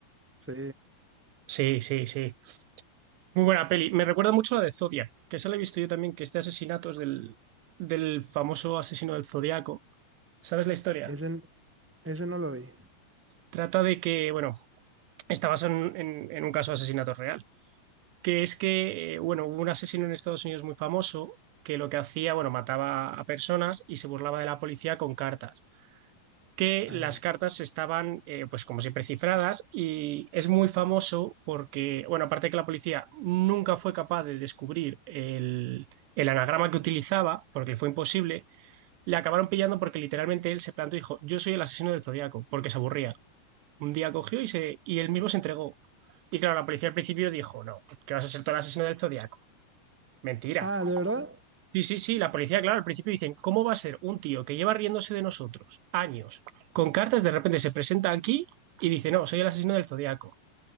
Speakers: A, in the centre; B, on the right (about 80°).
A: Sí,
B: Sí, sí, sí. Muy buena peli. Me recuerda mucho a la de Zodiac, que esa la he visto yo también, que es de asesinatos del, del famoso asesino del Zodiaco. ¿Sabes la historia?
A: ese, ese no lo vi.
B: Trata de que, bueno, está basado en, en- en un caso de asesinato real, que es que, eh, bueno, hubo un asesino en Estados Unidos muy famoso que lo que hacía, bueno, mataba a personas y se burlaba de la policía con cartas. que
A: Eh,
B: las cartas estaban, eh, pues como siempre, cifradas y es muy famoso porque, bueno, aparte de que la policía nunca fue capaz de descubrir el, el anagrama que utilizaba, porque le fue imposible, le acabaron pillando porque literalmente él se plantó y dijo, yo soy el asesino del Zodíaco, porque se aburría. Un día cogió y, se, y él mismo se entregó. Y claro, la policía al principio dijo, no, que vas a ser todo el asesino del Zodíaco. Mentira.
A: ah, ¿de verdad?
B: Sí, sí, sí, la policía, claro, al principio dicen, ¿cómo va a ser un tío que lleva riéndose de nosotros años con cartas, de repente se presenta aquí y dice, no, soy el asesino del zodiaco